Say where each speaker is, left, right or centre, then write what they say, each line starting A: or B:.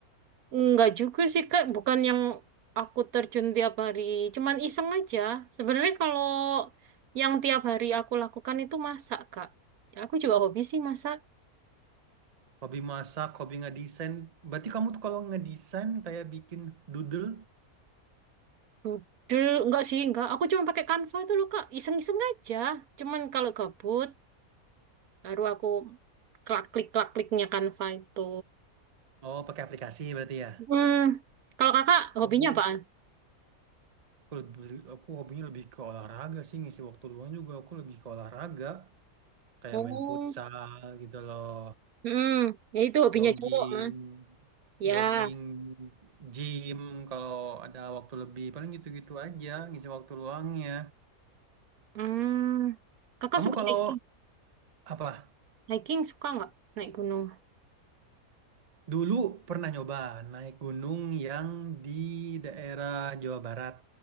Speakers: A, on the right (about 75°); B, on the right (about 35°).
A: Enggak juga sih Kak, bukan yang aku terjun tiap hari, cuman iseng aja. Sebenarnya kalau yang tiap hari aku lakukan itu masak Kak. Ya, aku juga hobi sih masak.
B: Hobi masak, hobi ngedesain. Berarti kamu tuh kalau ngedesain kayak bikin doodle,
A: Dudel, enggak sih, enggak. Aku cuma pakai Canva itu loh Kak, iseng-iseng aja. Cuman kalau gabut, baru aku klak-klik-klak-kliknya Canva itu.
B: oh pakai aplikasi berarti ya?
A: Hmm, kalau Kakak hobinya
B: Oh,
A: apaan?
B: aku lebih, aku hobinya lebih ke olahraga sih, ngisi waktu luang juga aku lebih ke olahraga. kayak
A: Oh,
B: main futsal gitu loh,
A: hmm, ya itu hobinya
B: jogging,
A: cowok. ah. Ya,
B: jogging, gym kalau ada waktu lebih, paling gitu-gitu aja ngisi waktu luangnya.
A: hmm, Kakak
B: Kamu
A: suka
B: kalau
A: naik
B: apa?
A: Hiking suka nggak naik gunung?
B: Dulu pernah nyoba naik gunung yang di daerah Jawa Barat.